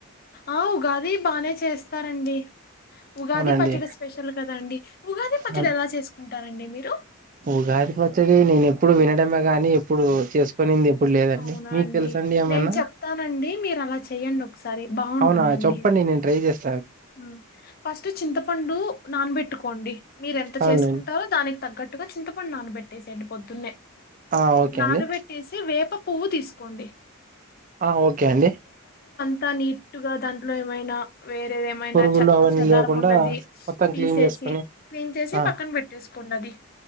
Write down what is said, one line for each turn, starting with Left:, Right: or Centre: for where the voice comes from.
Left: ఆ ఉగాది బానే చేస్తారండి ఉగాది
Right: అవునండి
Left: పచ్చడి స్పెషల్ కదండి ఉగాది పచ్చడి
Right: అవును.
Left: ఎలా చేసుకుంటారండి మీరు
Right: ఉగాది పచ్చడి నేను ఎప్పుడు వినడమే గాని ఎప్పుడు చేసుకునింది ఎప్పుడు లేదండి
Left: అవునా
Right: మీకు
Left: అండి
Right: తెలుసండి ఏమైనా
Left: నేను చెప్తానండి మీరు అలా చెయ్యండి ఒకసారి బాగుంటుందండి
Right: అవునా చెప్పండి నేను ట్రై చేస్త
Left: హు ఫస్ట్ చింతపండు నానబెట్టుకోండి మీరెంత
Right: అవునండి
Left: చేసుకుంటారో దాని తగ్గట్టుగా చింతపండు నానబెట్టేసేయండి పొద్దున్నే
Right: ఆ ఓకే
Left: నానబెట్టేసి
Right: అండి
Left: వేప పువ్వు తీసుకోండి
Right: ఆ ఓకే అండి
Left: అంత నీటు గా దాంట్లో ఏమైనా వేరే ఏమైనా
Right: పురుగులు
Left: చెత్త
Right: అవన్నీ
Left: చదారం
Right: లేకుండా
Left: ఉన్నది
Right: మొత్తం
Left: తీసేసి
Right: క్లీన్ చేసుకొని
Left: క్లీన్ చేసి
Right: ఆ
Left: పక్కన పెట్టేసుకోండి అది